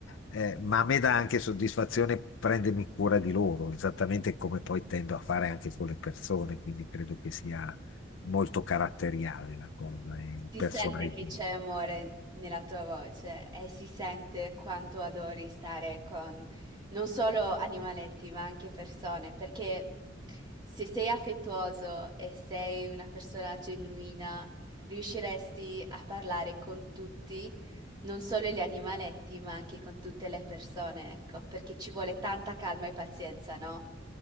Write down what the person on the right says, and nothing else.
Si
sente che c'è amore nella tua voce e si sente quanto adori stare con non solo animaletti, ma anche persone, perché se sei affettuoso e sei una persona genuina, riusciresti a parlare con tutti, non solo gli animaletti, ma anche con tutte le persone, ecco, perché ci vuole tanta calma e pazienza, no?